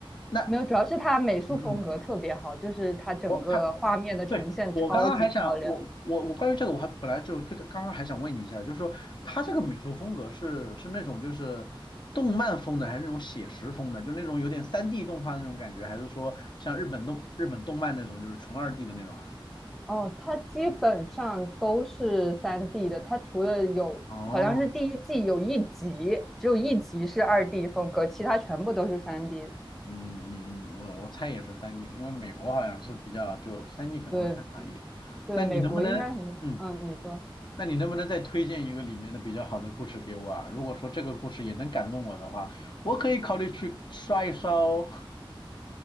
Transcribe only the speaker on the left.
那，
嗯嗯，
我还对，我刚刚还想，我我我关于这个，我还本来就这个刚刚还想问你一下，就是说他这个美术风格是是那种就是动漫风的，还是那种写实风的，就那种有点三 d 动画那种感觉，还是说像日本动日本动漫那种就是纯二 d 的那种啊？
哦，
嗯嗯嗯，我我猜也是三 d 因为美国好像是比较就三 d 可能会擅长一点。
那你能不能，
嗯，
那你能不能再推荐一个里面的比较好的故事给我啊？如果说这个故事也能感动我的话，我可以考虑去刷一刷哦。